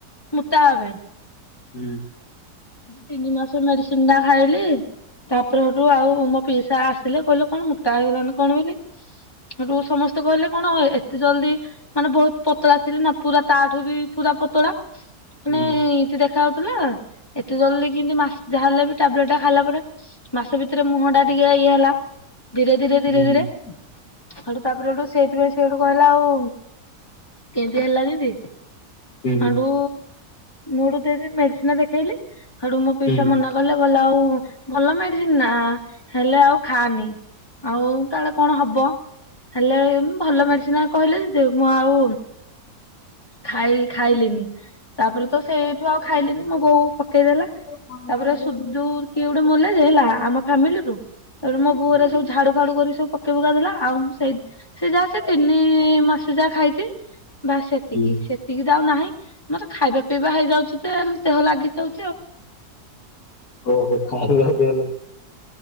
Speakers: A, on the left; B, on the left.
A: ମୁଟା ହେବା ପାଇଁ।
B: ହୁଁ।
A: ଦି ତିନି ମାସ ମେଡିସିନ ଟା ଖାଇଲି ତାପରେ ସେଠୁ ଆଉ ମୋ ପିଇସା ଆସିଲେ କହିଲେ କଣ ମୋଟା ହେଇଗଲାନି କଣ ବୋଲି ସେଠୁ ସମସ୍ତେ କହିଲେ କଣ ଏତେ ଜଲଦି ମାନେ ବହୁତ ପତଳା ଥିଲି ନା ପୁରା ତାଠୁ ବି ପୁରା ପତଳା ମାନେ
B: ହୁଁ
A: ଇନ୍ତି ଦେଖା ହାଉଥିଲା ଏତେ ଜଲ୍ଦି କେମିତି ମାସେ ଯାହାହେଲେ ବି ଟାବଲେଟ ଟା ଖାଇଲା ପରେ ମାସ ଭିତରେ ମୁହଁ ଟା ଟିକେ ଇଏ ହେଲା। ଧୀରେ ଧୀରେ
B: ହୁଁ
A: ଧୀରେ ଧୀରେ ହେଠୁ ତାପରେ ହେଠୁ ସେଇଥିପାଇଁ ସେ ହେଠୁ କହିଲା ଆଉ କେମିତି ହେଲା ଯେନ୍ତି
B: ହୁଁ
A: ହେଠୁ ମୁଁ ହେଠୁ ଯେନ୍ତି ମେଡିସିନ ଦେଖେଇଲି ହେଡୁ ମୋ ପଇସା
B: ହୁଁ
A: ମନା କଲେ କହିଲେ ଆଉ ଭଲ ମେଡିସିନ ଟା ହେଲେ ଆଉ ଖାଆନି। ଆଉ କାଳେ କଣ ହବ ହେଲେ ଭଲ ମେଡିସିନ କହିଲେ ଜେତୁ ମୁଁ ଆଉ ଖାଇ ଖାଇଲିନି ତାପରେ ତ ସେଇଠୁ ଆଉ ଖାଇଲିନି
B: ହୁଁ।
A: ମୋ ବୋଉ ଦେଲା
B: ହୁଁ।
A: ତାପରେ ସୁଧୁ କିଏ ଗୋଟେ ମଲେ ଯେ ହେଲା ଆମ ଫ୍ୟାମିଲିରୁ ହେଠୁ ମୋ ବୋଉ ହେରିକା ସବୁ ଝଡୁାଫାଡୁ କରି ସବୁ ପକ କ ପକାଇ ପୁକା ଦେଲା ଆଉ ମୁଁ ସେଇ ସେ ଯାହା ସେ ତିନି ମାସ ଯାହା ଖାଇଚି ବାସ ସେତିକି
B: ହୁଁ।
A: ସେତିକି ତ ଆଉ ନାହିଁ ମତେ ଖାଇବା ପିଇବା ହେଇଯାଉଚି ତେ ଦେହ ଲାଗିଯାଉଚି
B: ଓହୋ ଖାଇବା ଦେଲେ